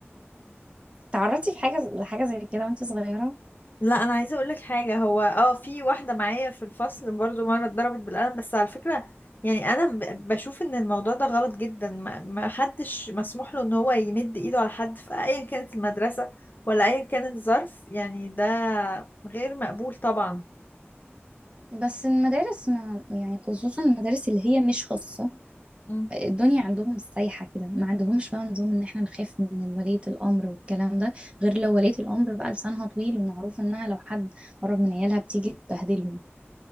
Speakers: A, on the right; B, on the left.
A: تعرضتي في حاجه لحاجه زي كده وانت صغيره
B: لا انا عايزه اقول لك حاجه هو اه في واحده معايا في الفصل برضو مره اتضربت بالقلم بس على فكره يعني انا ب- بشوف ان الموضوع ده غلط جدا ما ما حدش مسموح له ان هو يمد ايده على حد في ايا كانت المدرسه ولا ايا كان الظرف يعني ده غير مقبول طبعا
A: بس المدارس ما يعني خصوصا المدارس اللي هي مش خاصه
B: مم.
A: الدنيا عندهم سايحه كده ما عندهمش بقى نظام ان احنا نخاف من ولية الامر والكلام ده غير لو ولية الامر بقى لسانها طويل ومعروف انها لو حد قرب من عيالها بتيجي تبهدلهم